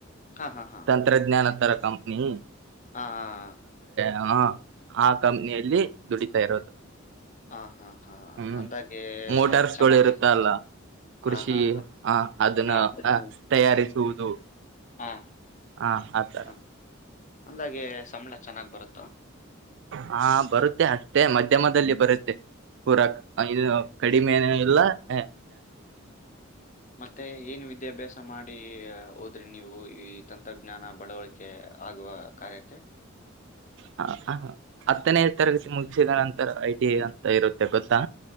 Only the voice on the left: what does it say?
ಹಾ ಹಾ ಹಾ
ಹಾ ಹಾ ಹ
ಹ ಹಾ
ಅಂದಾಗೆ
ಆ, ಚೆನ್ನಾಗಿದೆ
ಹಾ ಹಾ ಹಾ
ಹಾ ಹ್ಮ್.
ಹಾ
ಹಾ ಅಂದಾಗೆ ಸಂಬಳ ಚೆನ್ನಾಗ್ಬರುತ್ತಾ?
ಹಾ
ಮತ್ತೆ ಏನು ವಿದ್ಯಾಭ್ಯಾಸ ಮಾಡಿ ಹೋದ್ರಿ ನೀವು ಈ ತಂತ್ರಜ್ಞಾನ ಬಳವಾಯ್ ಕೆ ಆಗುವ ಕಾರ್ಯಕ್ಕೆ